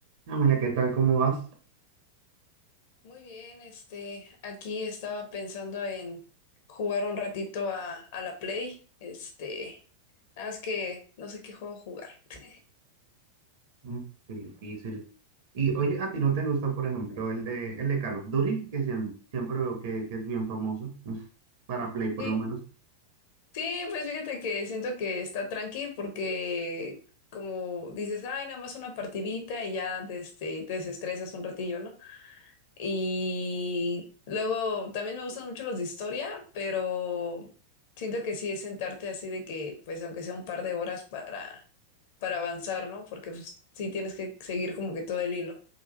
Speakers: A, on the right; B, on the left.
A: Ah, mira, ¿qué tal? ¿Cómo vas?
B: Muy bien, este, aquí estaba pensando en jugar un ratito a, a la Play, este, nada más que no sé qué juego jugar. <laughs>
A: Mm, qué difícil. Y oye, ¿a ti no te gusta, por ejemplo, el de, el de Call of Duty? Que siem- siempre veo que, que es bien famoso, <laughs> mm, para Play por
B: Sí,
A: lo menos.
B: sí, pues fíjate que siento que está tranqui porque como dices, ay, nada más una partidita y ya este, te desestresas un ratillo, ¿no? Y luego también me gustan mucho los de historia, pero siento que sí es sentarte así de que, pues aunque sea un par de horas para, para avanzar, ¿no? Porque pues, sí tienes que seguir como que todo el hilo.